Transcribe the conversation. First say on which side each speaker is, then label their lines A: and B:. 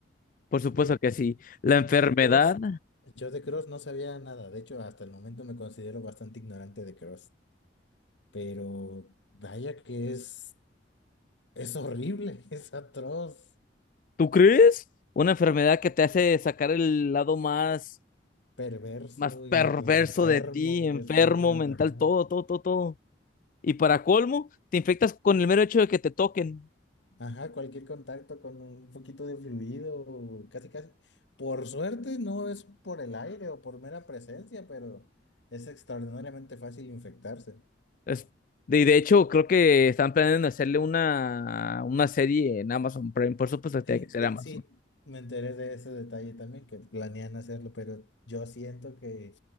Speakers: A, on the left; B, on the left.
A: Por supuesto
B: Fíjate,
A: que sí. La enfermedad,
B: yo de Cross, yo de Cross no sabía nada. De hecho, hasta el momento me considero bastante ignorante de Cross. Pero vaya que es, es horrible, <laughs> es atroz,
A: ¿tú crees? Una enfermedad que te hace sacar el lado más,
B: perverso,
A: más
B: in-
A: perverso
B: enfermo
A: de ti, enfermo,
B: que tengas,
A: mental,
B: ajá.
A: todo, todo, todo, todo. Y para colmo, te infectas con el mero hecho de que te toquen.
B: Ajá, cualquier contacto con un poquito de fluido, casi casi. Por suerte no es por el aire o por mera presencia, pero es extraordinariamente fácil infectarse.
A: Es- y de hecho, creo que están planeando hacerle una, una serie en Amazon Prime. Por supuesto que tiene
B: Sí,
A: que ser
B: de-
A: Amazon.
B: sí, me enteré de ese detalle también, que planean hacerlo, pero yo siento que